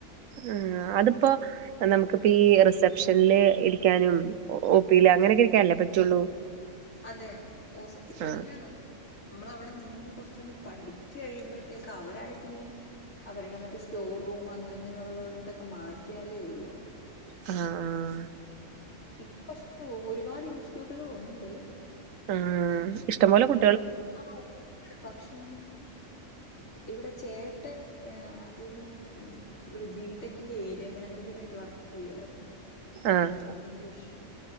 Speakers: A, on the right; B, on the left.
A: ആ അതിപ്പോ നമുക്കി പ്പോ ഈ റിസെപ്ഷനിൽ ഇരിക്കാനും ഒഓ പിൽ അങ്ങനെയൊക്കെ ഇരിക്കാനല്ലേ പറ്റുള്ളൂ
B: അതെ ഹോസ്പിറ്റലിന്റെ
A: ആഹ്
B: നമ്മൾ അവിടെ നിന്ന് കുറച്ചൊന്ന് പഠിച്ചു കഴിയുമ്പോഴത്തേക്ക് അവരായിട്ട് ഇനി അവരുടെ മറ്റേ സ്റ്റോർ റൂം അങ്ങനെ ഇങ്ങനെയുള്ള ലൊക്കെ മാറ്റിയാലേ ഉള്ളൂ
A: ആഹ ആഹ
B: ഇപ്പ പക്ഷെ ഒരു ഒരുപാട് ഇൻസ്റ്റിറ്റ്യൂട്ടുകൾ ഉണ്ട്
A: ആഹ് ഇഷ്ട പോലെ കു
B: <unintelligible> ആ പക്ഷെ ഇവിടെ ചേട്ടൻ പിന്നെ ഉം ഇവിടെ ജിടെക്കിന്റെ ഏരിയ മാനേജർ ആയിട്ട് വർക്ക് ചെയ്യായിരുന്നു
A: ആഹ്
B: വിദോഷം